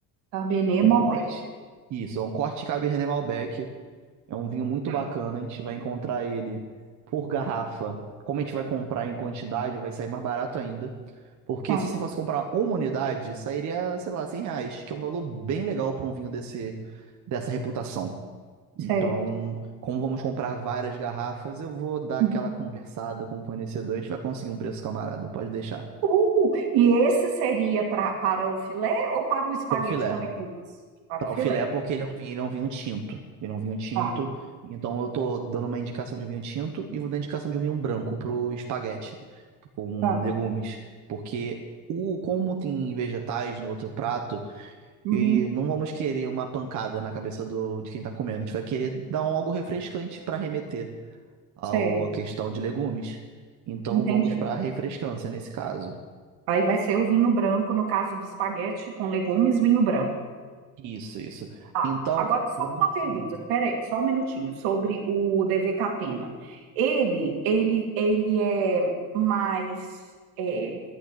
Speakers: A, on the right (about 80°); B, on the right (about 50°).
A: Cabernet,
B: O
A: Malbec.
B: corte, isso, é um corte Cabernet Malbec. É um vinho muito
A: Tá,
B: bacana. A gente vai encontrar ele por garrafa. Como a gente vai comprar em quantidade, vai sair mais barato ainda. Porque
A: tá.
B: se você fosse comprar uma unidade, sairia, sei lá, 100 reais, que é um valor bem legal para um vinho desse, dessa reputação. Então,
A: Certo.
B: como vamos comprar várias garrafas, eu vou dar
A: Uhum.
B: aquela conversada com o fornecedor. A gente vai conseguir um preço camarada, pode deixar.
A: Uh, e esse seria pra, para o filé ou para o espaguete
B: Pro filé.
A: com legumes? Para
B: Para
A: o filé.
B: o filé, porque ele é um vinho, ele é um vinho tinto. Ele é um vinho tinto.
A: Tá,
B: Então eu tô dando uma indicação de vinho tinto e vou dar indicação de um vinho branco pro espaguete com
A: tá.
B: legumes, porque o como tem vegetais no outro prato,
A: Uhum.
B: e não vamos querer uma pancada na cabeça do de quem tá comendo. A gente vai querer dar um algo refrescante para remeter ao
A: Certo.
B: à questão de legumes. Então
A: Entendi.
B: vamos para refrescância nesse caso.
A: Aí vai ser o vinho branco, no caso do espaguete com legumes, vinho branco.
B: Isso, isso.
A: Ah,
B: Então,
A: agora só
B: vamos
A: uma
B: fazer
A: pergunta,
B: o seguinte.
A: peraí, só um minutinho, sobre o DV Catena. Ele, ele, ele é mais, é,